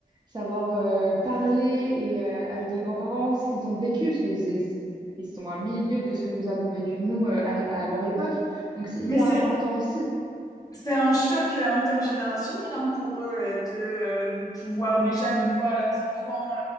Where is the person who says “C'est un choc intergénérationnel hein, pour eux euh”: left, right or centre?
Left